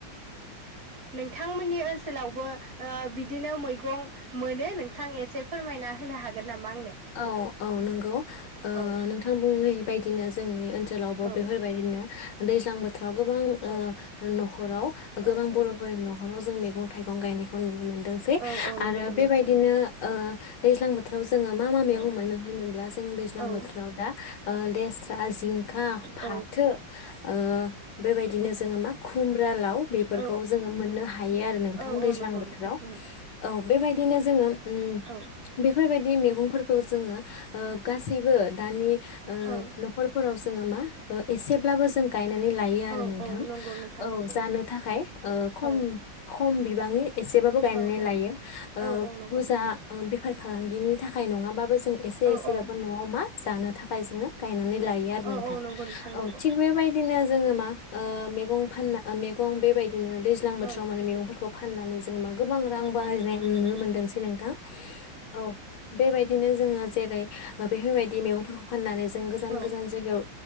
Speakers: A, on the right; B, on the left.
A: नोंथांमोननि ओनसोलावबो ओ बिदिनो मैगं मोनो नोंथां एसे फोरमायना होनो हागोन नामा आंनो
B: औ औ नोंगौ ओ
A: औ
B: नोंथां बुंनाय बदिनो जोंनि ओनसोलावबो
A: औ
B: बेफोरबायदिनो दैज्लां बो थ्राव गोबां
A: औ
B: ओ न'खराव गोबां
A: औ औ
B: बर'फोरनि
A: नंगौ
B: न'खराव जों मेगं थाइगं गायनायखौ नुनो मोन दोंसै
A: औ औ नंगौ
B: आरो बेबायदिनो
A: नोंथां
B: ओ दैज्लां बोथोराव जोङो मा मा मेगं
A: औ
B: मोनो होनोब जों दैज्लां
A: औ औ
B: बोथोराव दा ओ लेस स्रा जिंखा फाथो
A: औ
B: ओ बेबायद बिदिनो जोङो मा खुम ब्रा लाव बेफोरखौ
A: औ
B: जोङो मोन्नो हायो आरो नोंथां
A: औ औ
B: दैज्लां
A: नंगौ
B: बोथोराव
A: नोंथां नंगौ
B: औ बेबायदिनो जोङो उम
A: औ
B: बेफोरबाय दि मेगं फोरखौ जोङो ओ गासैबो दानि ओ
A: औ
B: न'खरफोरावस जोङो मा ओ एसेब्लाबो जों गाय नानै लायो आरो
A: औ
B: नोंथां
A: औ नंगौ नोंथां
B: औ
A: नंगौ
B: जानो थाखाय ओ खम
A: औ
B: खम बि बांनि एसेबाबो गायनानै
A: औ औ
B: लायो ओ
A: औ औ नंगौ
B: बुरजा
A: नोंथां
B: बेफार फालांगिनि था खाय नङाबाबो जों एसे
A: औ
B: एसे
A: औ
B: बाबो न'आव मा जानो थाखाय जोङो गायना नै लायो आरो
A: औ
B: नोंथां
A: औ नंगौ नोंथां
B: औ
A: नंगौ
B: थिग बे बायदिनो जोङो मा ओ मेगं फान्ना ओ मेगं बेबाय दिनो दैज्लां बोथोराव
A: औ
B: माने मेगंफोरखौ फाननानै जोंङो मा गोबां रां
A: औ
B: बाहायनाय
A: औ नंगौ नोंथां
B: नुनो मोनदोंसै नोंथां औ बेबायदिनो जोङो जेरै बेफोरबायदि मैगंफोरखौ फाननानै जों गोजान
A: औ
B: गोजान जायगायाव